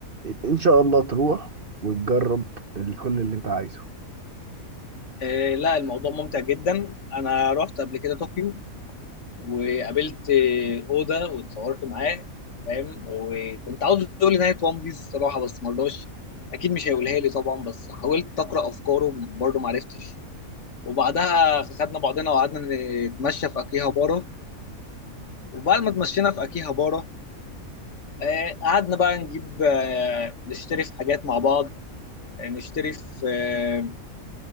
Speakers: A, on the right; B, on the left.
A: إن شاء الله تروح وتجرب ال- كل اللي أنت عايزه
B: آه لا الموضوع ممتع جدا انا رحت قبل كده طوكيو وقابلت اودا واتصورت معاه فاهم وكنت عاوز اقول لي نهايه وان بيس الصراحه بس ما رضاش اكيد مش هيقولها لي طبعا بس حاولت اقرا افكاره برضه ما عرفتش وبعدها خدنا بعضنا وقعدنا نتمشى في اكيهابارا وبعد ما اتمشينا في اكيهابارا آه، قعدنا بقى نجيب آه، نشتري في حاجات مع بعض آه، نشتري في آه،